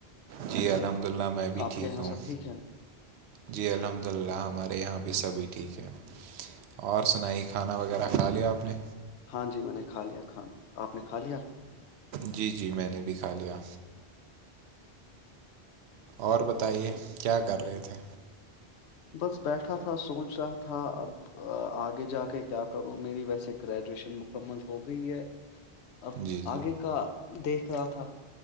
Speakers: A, on the right; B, on the left.
A: جی الحمد للہ میں بھی
B: آپ
A: ٹھیک
B: کے یہاں
A: ہوں
B: سب ٹھیک ہے
A: جی الحمد للہ ہمارے یہاں بھی سبھی ٹھیک ہیں اور سنائی کھانا وغیرہ کھا لیا آپ نے
B: ہاں جی میں نے کھا لیا کھانا آپ نے کھا لیا
A: جی جی میں نے بھی کھا لیا اور بتائیے کیا کر رہے تھے
B: بس بیٹھا تھا سوچ رہا تھا اب آگے جا کے کیا کروں میری ویسے گریجویشن مکمل ہو گئی ہے اب
A: جی جی
B: آگے کا دیکھ رہا تھا